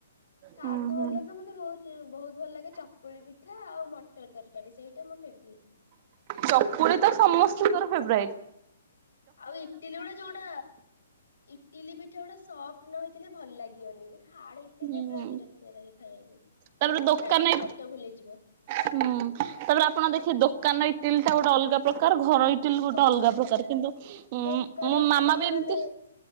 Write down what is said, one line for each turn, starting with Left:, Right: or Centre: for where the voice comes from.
Left: ତା
Right: ହୁଁ
Left: ଠୁ
Right: ହୁଁ
Left: ଭଲ ତ ମତେ ତେ ବହୁତ ବହୁତ ଭଲ ଲାଗେ ଚକୁଳି ପିଠା ଆଉ ମଟର ତରକାରୀ ସେଇଟା ମୋ ଫେବରାଇଟି।
Right: ଚକୁଲି ତ ସମସ୍ତଙ୍କର ଫେବରାଇଟି।
Left: ଆଉ ଇଟିଲି ଉରା ଯୋଉଟା ଇଟିଲି ପିଠା ଗୁଡା ସଫ୍ଟ ନ ହେଇଥିଲେ ଭଲ ଲାଗିବନି। ହାଡେଇଥିଲେ
Right: ହୁଁ
Left: ପୁରା ବିରକ୍ତିଆ ଲାଗେ ଖାଇବାକୁ
Right: ତାପରେ
Left: ଗୋଟେ
Right: ଦୋକାନ
Left: ଖାଇଥିବ ପେଟ ଭୁଲେଇଯିବ।
Right: ହୁଁ ତାପରେ ଆପଣ ଦେଖିବେ ଦୋ କାନ ଇଟିଲିଟା ଗୋଟେ ଅଲଗା ପ୍ରକାର ଘର ଇଟିଲ ଗୋଟେ
Left: ହଁ
Right: ଅଲଗା ପ୍ରକାର କିନ୍ତୁ ଉଁ
Left: ଦୋକାନ
Right: ମୋ
Left: ଇଟିଲି
Right: ମାମା ବି ଏମିତି
Left: ମାନେ